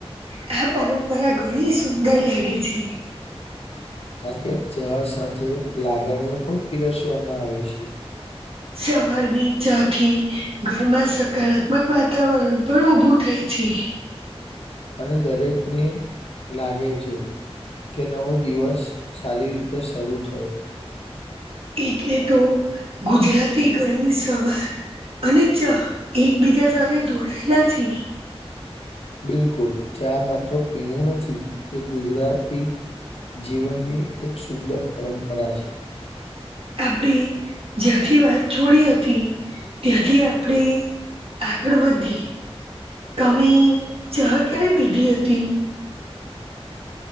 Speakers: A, on the right; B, on the left.
A: આ પરંપરા ઘણી સુંદર લાગે છે
B: કારણ કે ચા સાથે લાગણીઓ પણ પીરસવામાં આવે છે
A: સવારની ચા થી ઘરમાં સકારાત્મક વાતાવરણ પણ ઉભું થાય છે
B: અને દરેકને લાગે છે કે નવો દિવસ સારી રીતે શરૂ થયો
A: એટલે તો ગુજરાતી ઘરની સવાર અને ચા એકબીજા સાથે જોડાયેલા છે
B: બિલકુલ ચા માત્ર પીણું નથી એ ગુજરાતી જીવનની એક સુંદર પરંપરા છે
A: આપડી જ્યાંથી વાત છોડી હતી ત્યાંથી આપણે આગળ વધી કમે ચા ક્યારે પીધી હતી